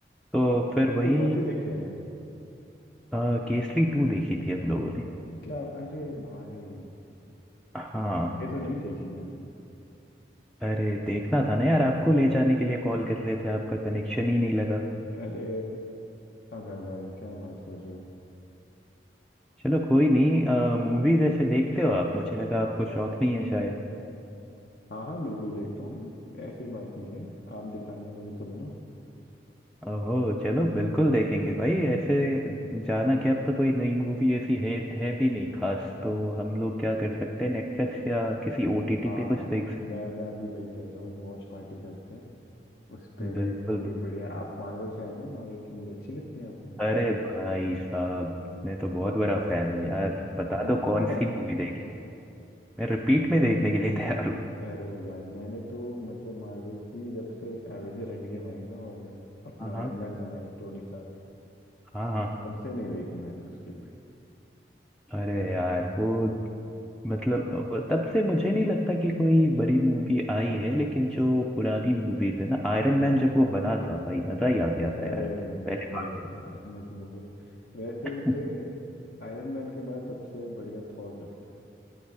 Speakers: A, in the centre; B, on the left.
A: तो फिर
B: कौन
A: वही
B: सी कौन सी देख के आए हैं?
A: अ, केसरी टू देखी थी हम लोगों ने
B: क्या अरे भाई
A: हाँ
B: ये तो नहीं देखी मैंने
A: अरे देखना था ना यार आपको ले जाने के लिए कॉल कर रहे थे आपका कनेक्शन ही नहीं लगा
B: अरे अबे भाई क्या बात कर रहे हो
A: चलो कोई नहीं मूवी जैसे देखते हो आप मुझे लगा आपको शौक नहीं है शायद
B: हाँ हाँ बिल्कुल देखता हूँ मैं ऐसी बात नहीं है आप दिखाने वाले तो बनो
A: ओहो चलो बिल्कुल देखेंगे भाई ऐसे जाना क्या अब तो कोई नई मूवी ऐसी है है भी नहीं खास तो हम लोग क्या कर सकते हैं नेटफ्लिक्स या किसी ओटीटी
B: हाँ
A: पे कुछ देख सकते
B: मैं मैं अभी वही कह रहा हूँ एक वॉच पार्टी करते हैं उस पे
A: हैं। बिल्कुल
B: कोई बढ़िया आप मार्वल फैन हो मार्वल की मूवी अच्छी लगती है आपको
A: अरे भाई साहब मैं तो बहुत बड़ा फैन हूँ
B: <laughs>
A: यार बता
B: अच्छा
A: दो कौन सी मूवी देखी मैं रिपीट में देखने के लिए तैयार हूँ
B: अरे भाई मैंने तो मतलब मार्वल की जब से एवेंजर एंड गेम आई ना और अपना
A: हाँ
B: आयरन
A: हाँ
B: मैन बना है टोनी स्टार्क
A: हाँ हाँ
B: तब से नहीं देखी मैंने उसकी कोई
A: अरे यार वो मतलब अ, तब से मुझे नहीं लगता कि कोई बड़ी मूवी आई है लेकिन जो पुरानी मूवीज है ना आयरन मैन जब वो बना था भाई मजा ही आ गया था
B: अरे
A: यार
B: मत
A: पहले
B: बोल
A: part
B: यार मत बोलो वैसे मुझे
A: में
B: आयरन मैन के बाद सबसे बढ़िया थॉर लगता है